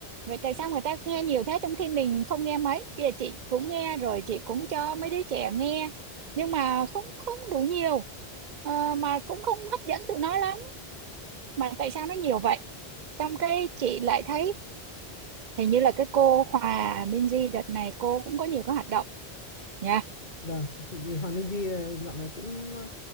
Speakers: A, on the right; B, on the left.
A: Vậy tại sao người ta nghe nhiều thế trong khi mình không nghe mấy? Bây giờ chị cũng nghe rồi, chị cũng cho mấy đứa trẻ nghe. Nhưng mà không không đủ nhiều. Ờ, mà cũng không hấp dẫn tụi nó lắm. Mà tại sao nó nhiều vậy? Xong cái chị lại thấy hình như là cái cô Hòa Minzy đợt này cô cũng có nhiều cái hoạt động nha.
B: vâng chị chị Hoàng Minh Di ờ, dạo này cũng ờ,